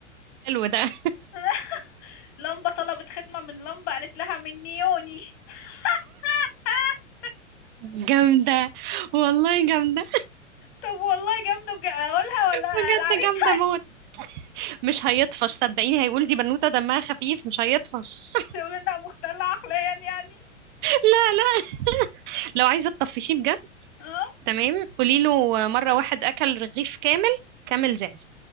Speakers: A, on the right (about 40°); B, on the left (about 55°).
A: حلو ده
B: <laughs> لمبة طلبت خدمة من لمبة قالت لها من نيوني <laughs>
A: جامدة والله جامدة
B: طب والله جامدة بجد اقولها ولا
A: بجد
B: العريس
A: جامدة موت مش هيطفش صدقيني هيقول دي بنوتة دمها خفيف مش هيطفش
B: هيقول <laughs> انها مختلة عقليا يعني
A: لا لا لو عايزة تطفشيه بجد
B: اه
A: تمام قولي
B: مم.
A: له مرة واحد أكل رغيف كامل كامل زعل